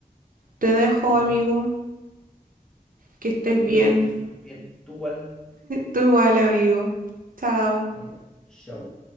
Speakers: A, on the right; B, in the centre.
A: te dejo,
B: Ya.
A: amigo, que estés
B: que
A: bien.
B: espero que estés súper bien. Tú igual.
A: Tú igual, amigo. Chao.
B: Adiós. Chau.